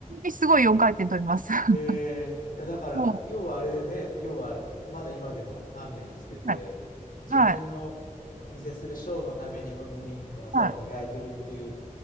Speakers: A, on the right; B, on the left.
A: すごい4回転取ります。<laughs>
B: えー、いやだから、
A: も
B: 要はあれですね、要はまだ今でも鍛錬してて、
A: う、はい、
B: 自分のお見せするショーのためにもみ技を磨いてるっていう、
A: はい、はい。